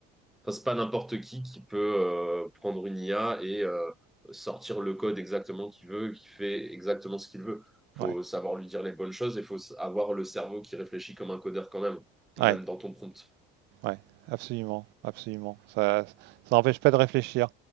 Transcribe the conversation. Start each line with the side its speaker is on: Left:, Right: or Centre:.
Centre: Enfin, c'est pas n'importe qui qui peut euh, prendre une IA et euh, sortir le code exactement qu'il veut, qui fait exactement ce qu'il veut. Faut
Right: Ouais.
Centre: savoir lui dire les bonnes choses et faut s- avoir le cerveau qui réfléchit comme un codeur quand même, même
Right: Ouais.
Centre: dans ton prompt.
Right: Ouais, absolument, absolument. Ça, ça n'empêche pas de réfléchir.